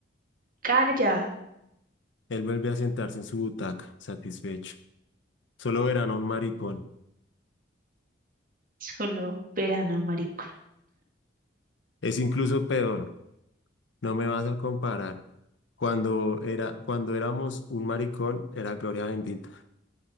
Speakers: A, on the right (about 45°); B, on the left (about 70°).
A: calla.
B: Él vuelve a sentarse en su butaca, satisfecho. Solo verán a un maricón.
A: Solo verano, marico.
B: Es incluso peor. No me vas a comparar. Cuando era, cuando éramos un maricón, era gloria bendita.